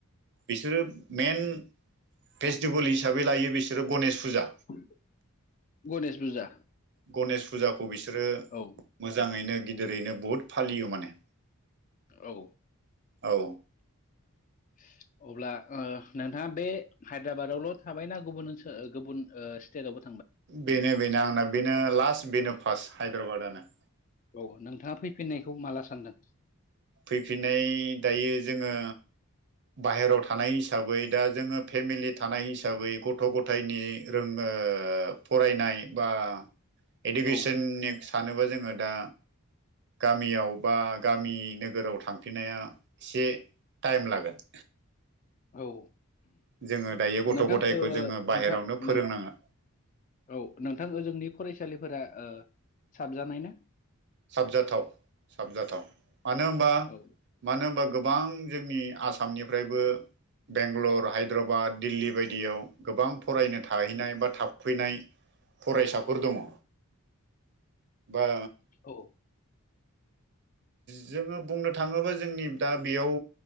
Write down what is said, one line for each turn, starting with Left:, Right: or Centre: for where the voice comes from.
Right: बिसोरो मेन फेस्टिभेल हिसाबै लायो बिसोरो गणेश फुजा
Left: <unintelligible> गणेश फुजा
Right: गनेश फुजाखौ बिसोरो
Left: औ
Right: मोजाङैनो गिदिरैनो बुहुत फालियो माने
Left: औ
Right: औ
Left: <inaudible> अब्ला ओ नोंथाङा बे हायद्राबादावल' थाबायना गुबुन ओनसोल गुबुन ओ स्टेटआवबो
Right: बेनो बेनो आंना बेनो लास्ट बेनो फार्स्ट हायद्राबादनो
Left: औ नोंथाङा फैफिननायखौ माला सानदों
Right: फैफिननाय दायो जोङो बाहेरायाव थानाय हिसाबै दा जोङो फेमिलि थानाय हिसाबै गथ' गथायनि रोङो फरायनाय बा इडुकेसननि
Left: औ
Right: सानोबा जोङो दा गामियाव बा गामि नोगोराव थांफिननाया एसे टाइम लागोन
Left: औ
Right: जोङो दायो गथ'
Left: नोंथां
Right: गथायखौ
Left: ओ
Right: जोङो बाहेरावनो
Left: नोंथां
Right: फोरोंनाङा
Left: नों औ नोंथां ओजोंनि फरायसालिफोरा ओ साबजानाय ना
Right: साबजाथाव साबजाथाव मानो होनबा
Left: औ
Right: मानो होनबा गोबां जोंनि आसामनिफ्रायबो बेंगलर हायद्राबाद दिल्ली बायदियाव गोबां फरायनो थाहैनाय
Left: औ
Right: बा थाफैनाय फरायसाफोर दङ बा
Left: औ
Right: जोङो बुंनो थाङोबा जोंनि दा बेयाव